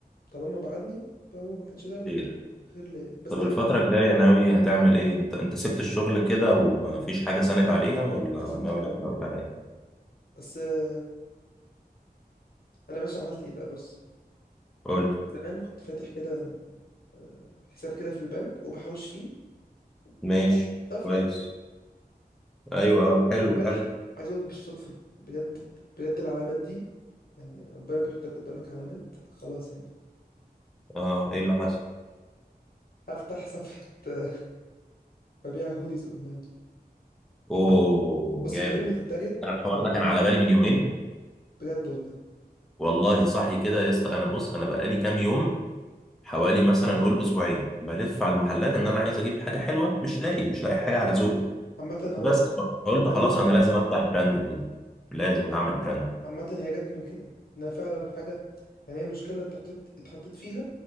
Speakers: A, on the left; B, in the centre.
A: طالما بعدني فهو ما كانش ده
B: خير
A: الخير ليا بس
B: طب
A: دلوقتي
B: الفترة
A: عملت
B: الجاية ناوي هتعمل ايه؟ انت انت سبت الشغل كده وما فيش حاجة ساند عليها ولا
A: سبت سبت
B: ناوي
A: كله
B: ناوي على ايه؟
A: بس آه، انا باشا عملت ايه بقى بص
B: قول
A: زمان كنت فاتح كده آه، حساب كده في البنك وبحوش فيه
B: ماشي
A: كنت عامل دفتر
B: كويس
A: كده
B: ايوه اه حلو
A: امبارح
B: حلو
A: عايز اقولك بالصدفة بجد بجد العلامات دي يعني ربنا بيحطك قدامك علامات خلاص يعني
B: اه ايه اللي حصل؟
A: هفتح صفحة <laughs> آه، ببيع هوديز اونلاين
B: اوه
A: بص
B: جامد
A: من غير ما تتريق
B: انا الحوار
A: هتقول
B: ده كان على
A: لي
B: بالي من يومين
A: بجد والله
B: والله صحي كده يا اسطى انا بص انا بقالي كام يوم حوالي مثلا قول اسبوعين بلف على المحلات ان انا عايز اجيب حاجه حلوه مش لاقي مش لاقي حاجه على ذوقي
A: عامة هو
B: بس فقلت
A: ده
B: خلاص
A: اللي انا
B: انا لازم افتح براند هدوم لازم هعمل براند
A: عامة هي جت من كده ان انا فعلا حاجة يعني هي مشكلة انت حطيت اتحطيت فيها